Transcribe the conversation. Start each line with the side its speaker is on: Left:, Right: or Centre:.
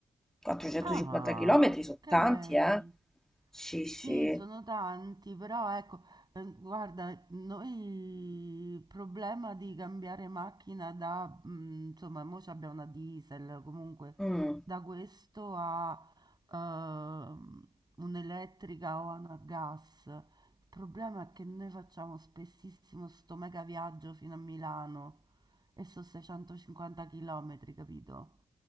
Centre: 450
Right: Ah,
Centre: km sono
Right: ok.
Centre: tanti, eh? Sì, sì.
Right: Sì, sono tanti, però ecco, eh, guarda, noi il problema di cambiare macchina da, mm, insomma, mo abbiamo una diesel, comunque
Centre: Mm.
Right: da questo a ehm, un'elettrica o a una gas. Il problema è che noi facciamo spessissimo sto mega viaggio fino a Milano e sono 650 km, capito?